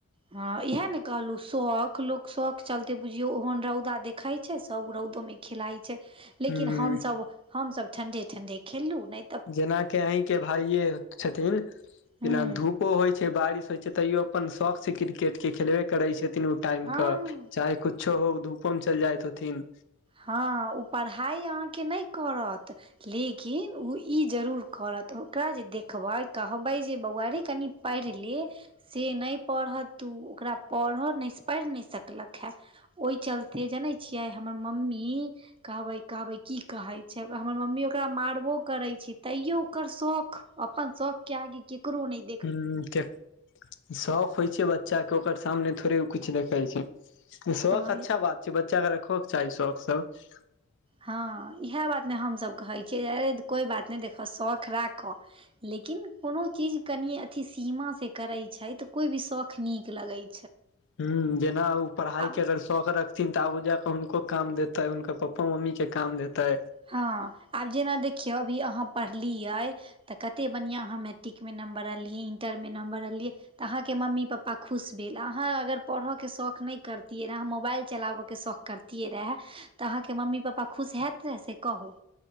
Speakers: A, on the right; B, on the left.
A: हँ इएह ने कहलहु शौख लोक शौख चलते बुझियौ ओहन रौदा देखैत सब रौदो मे खेलाइ छै लेकिन
B: ह
A: हमसभ हमस ठंडे ठंडे खेललू नय
B: जेना के अहीं के भाइे छथिन
A: हूँ
B: बिना धूप होइ छै बारिश होइ छै तैयो अपन शौक से क्रिकेट के खेलबे करै छथिन टाइम
A: हँ
B: के चाहे कुछो हो धूपो मे चलि जाइत होथिन
A: हँ ओ परहाइ अहाँके नय करत लेकिन ओ ई जरूर करत ओकरा जे देखबै कहबै जे बौआ रे कनि पैड़ह ले से नय पढ़त ऊ ओकरा पढ़ह नय पढ़ नय सकलक हे ओय चलते जनै छियै हमर मम्मी कहबै कहबै की कहै छै हमर मम्मी ओकरा मारबो करै छै तैयो ओकर शौख अपन शौक के आगे केकरो नइ
B: हू शौक होइ छै बच्चा के ओकर सामने थोड़े कुछु देखै छै शौख
A: हँ
B: अच्छा बात छै बच्चाके रखोकऽ चाही शौख सब
A: हँ इएह बात ने हमसभ कहै छियैे कोई बात नय देखऽ शौख राख क लेकिन कोनो चीज कनि अथि सीमा से करे छै त कोई भी शौख नीक लगइ
B: हूँ जेना ओ पड़हाइ
A: आब
B: के अगर शौख रख थिन तऽ आगु जााकऽ हुनको काम देतै हुनकर पप्पा मम्मी के काम देतै
A: हँ आब जेना देखियौ अभी अहाँ पढ़लियै तऽ कतेक बढ़िआँ अहाँ मैट्रिकमे नम्बर अनलियै इन्टर में नम्बर अनलियै तऽ अहाँके मम्मी पप्पा खुश भेल अहाँ अगर परह के शौख नहि करतियै अहाँ मोबाइल चलाबऽ के शौख करतियै रेहऽ तऽ अहाँके मम्मी पप्पा खुश हैत रेहऽ से कहू